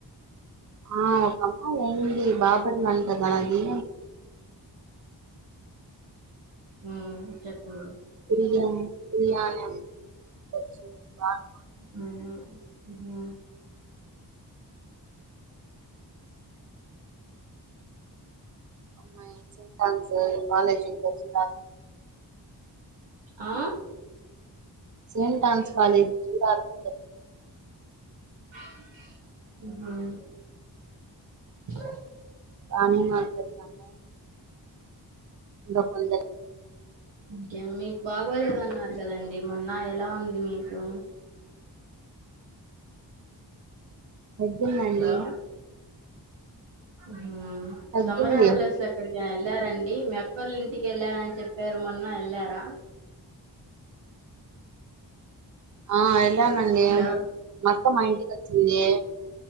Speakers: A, on the right (about 45°); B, on the right (about 85°).
A: ఆ ఒకమ్మా ఏయింది బాబట్ మంట అది
B: ఆ చెప్పండి
A: <inaudible>
B: ఉమ్ ఉ
A: అమ్మా సట్ టమ్స్ కాలేజచ్చి
B: ఆ
A: సంట్ డాన్స్ కాలేజ్ చూడ <unintelligible>
B: హ
A: కానీ <unintelligible> ద కొంద
B: ఇంకే మీకు బాగోలేదు అన్నారు కదండి మొన్న ఎలా ఉంది మీకు
A: ఎద్దుండండి
B: హలో మ్
A: తగ్గింది
B: సమ్మర్ హాలిడేస్ లో ఎక్కడకి వె వెళ్లారండి మీ అక్కోలింఇంటికి వెళ్ళారని చెప్పారు మొన్న వెళ్లారా
A: ఆఎ ఎలానండి
B: హలో
A: మొత్తం మా అక్క మా ఇంటికి వచ్చింది